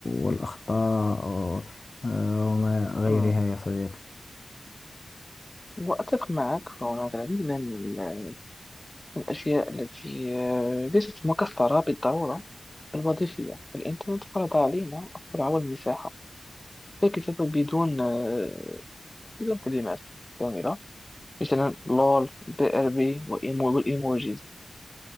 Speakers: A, on the left; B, on the left.
A: والأخطاء و- آه، وما غيرها
B: مم.
A: يا صديقي
B: وأتفق معك فهناك العديد من ال- الأشياء التي آه، ليست مكسرة بالضرورة الوظيفية الإنترنت فرض علينا السرعة والمساحة لكن بدون آه، بدون كلمات كاملة مثلا لول بي ار بي وإيمو- والايموجيز